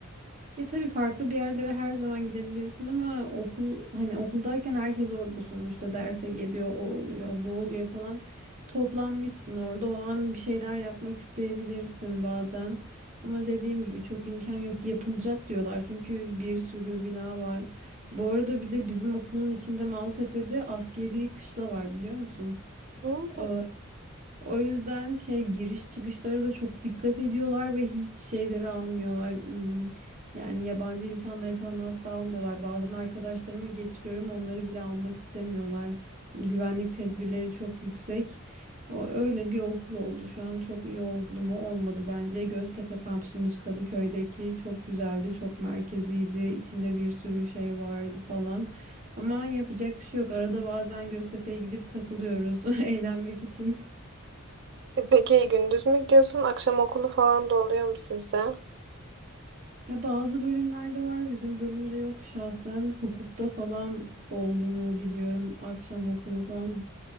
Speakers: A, on the right; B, on the right.
A: Ya tabii farklı bir yerlere her zaman gidebilirsin ama okul hani okuldayken herkes orada sonuçta derse geliyor, o oluyor, bu oluyor falan. Toplanmışsın orada o an bir şeyler yapmak isteyebilirsin bazen. Ama dediğim gibi çok imkan yok yapılacak diyorlar çünkü bir sürü bina var. Bu arada bir de bizim okulun içinde Maltepe'de askeri kışla var biliyor musun?
B: Hmm.
A: Ee, o yüzden şey giriş çıkışlara da çok dikkat ediyorlar ve hiç şeyleri almıyorlar. Hmm, Yani yabancı insanları falan asla almıyorlar. Bazen arkadaşlarımı getiriyorum, onları bile almak istemiyorlar. Güvenlik tedbirleri çok yüksek. O öyle bir okul oldu şu an. Çok iyi oldu mu? Olmadı bence. Göztepe kampüsümüz Kadıköy'deki çok güzeldi, çok merkeziydi. İçinde bir sürü şey vardı falan. Ama yapacak bir şey yok. Arada bazen Göztepe'ye gidip takılıyoruz <laughs> eğlenmek için.
B: E Peki gündüz mü gidiyorsun? Akşam okulu falan da oluyor mu sizde?
A: Ya bazı bölümlerde var bizim bölümde yok şahsen hukukta falan olduğunu biliyorum akşam okulu falan.